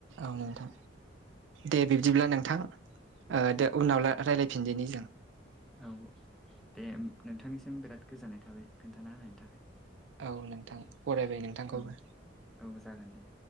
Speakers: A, on the right (about 80°); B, in the centre.
A: औ नोंथां दे बिब्दिब्ला नोंथां ओ दे उनाव लाइ रायज्लायफिनदिनि जों
B: औ दे नोंथांनिसिम बिराद गोजोननाय थाबाय खोन्थाना होनायनि थाखाय
A: औ नोंथां फरायबाय नोंथांखौबो
B: औ औ जागोन दे